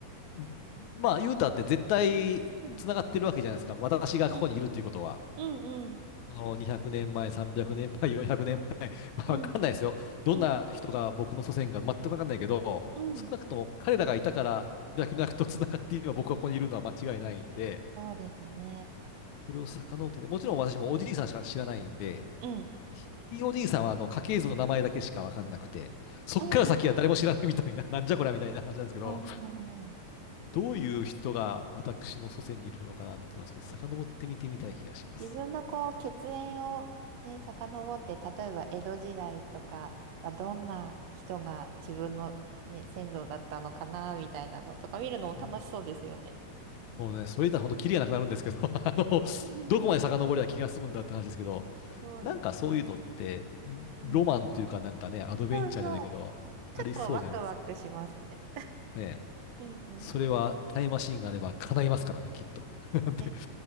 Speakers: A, on the left (about 65°); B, on the right (about 60°).
A: う。まあ、ユータって絶対つながってるわけじゃないですか。
B: うん。
A: 私がここにいるっていうことは。
B: うんうんうん。
A: その200年前、300年前、400年前、<laughs> まあ、
B: うん
A: わかんないですよ。どんな人が僕の祖先が全くわかんないけど、
B: うんうん。
A: 少なくとも彼らがいたから、脈々とつながって今僕がここにいるのは間違いないんで、
B: そうですね。
A: それを遡ってて、もちろん私もおじいさんしか知らないんで、
B: うん。
A: ひ o いおじいさんはあの家系図の名前だけしか分かんなくて、そっから先は誰も知らないみたいな、
B: うんうん
A: <laughs> なんじゃこりゃみたいな話なんですけど、
B: うんうんうん
A: どういう人が私の祖先にいるのかなっていうのは、ちょっと遡って見てみたい気がします。
B: 確かに自分のこう血縁をね、遡って、例えば江戸時代とかはどんな人が自分の、ね、先祖だったのかな、みたいなのとか見るのも楽しそうですよね。
A: そうもうね、それ言ったら本当、キリがなくなるんですけど、<laughs> あの、
B: <laughs> うんうん
A: どこまで遡りゃ気が済むんだって話ですけど、
B: そうです。
A: なんかそういうのって、
B: うん。
A: ロマンというか、なんかね、アドベンチャーじゃないけど、
B: そうそう。ちょっとワクワクしますね。
A: ありそうじゃないですか。ね
B: うんうん。
A: それはタイムマシーンがあれば叶いますからね、きっと。<laughs> なんて、
B: ね。